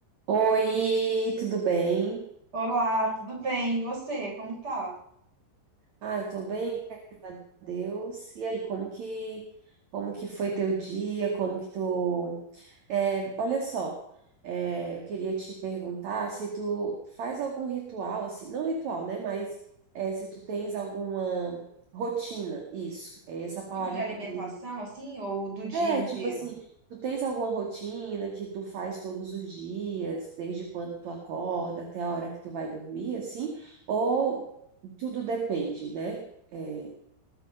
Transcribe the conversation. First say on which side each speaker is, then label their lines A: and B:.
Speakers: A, on the right; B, on the right.
A: Oi, tudo bem?
B: Olá, tudo bem? E você, como tá?
A: Ah, eu tô bem, graças a Deus. E aí, como que como que foi teu dia? Como que tu... É, olha só, é, eu queria te perguntar se tu faz algum ritual, assim, não ritual, né? Mas é, se tu tens alguma rotina, isso, é essa palavra
B: Tipo de alimentação,
A: que eu queria.
B: assim, ou do dia
A: É,
B: inteiro?
A: tipo assim, tu tens alguma rotina que tu faz todos os dias, desde quando tu acorda até a hora que tu vai dormir, assim? Ou tudo depende, né? É.